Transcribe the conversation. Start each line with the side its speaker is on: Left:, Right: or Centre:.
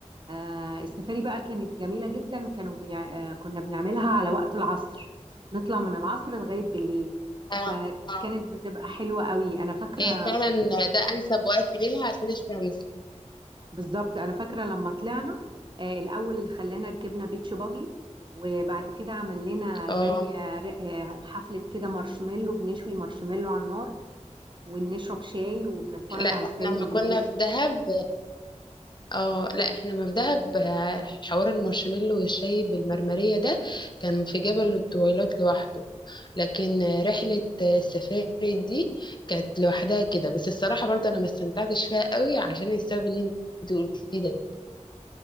Right: آه، السفاري بقى كانت جميلة جدا كانوا بيع... آه، كنا بنعملها على وقت العصر نطلع من العصر لغاية بالليل
Left: آه،
Right: فكانت
Left: آه.
Right: بتبقى حلوة قوي أنا فاكرة
Left: هي فعلا ده انسب وقت ليها عشان الشمس
Right: بالظبط أنا فاكرة لما طلعنا آه، الأول خلانا ركبنا بيتش باجي وبعد كده عمل لنا
Left: اه
Right: زي آه، ر- آه، حفلة كده مارشميلو بنشوي مارشميلو على النار ونشرب شاي وبنتفرج
Left: لا احنا
Right: على فيلم
Left: لما
Right: بالليل
Left: كنا في دهب اه لا احنا ما في دهب آه، حوار المارشميلو والشاي بالمرمرية ده كان في جبل الطويلات لوحده لكن آه، رحلة آه، السفاري دي كانت لوحدها كده بس الصراحة برضه انا ما استمتعتش فيها قوي عشان السبب اللي انت قلتيه ده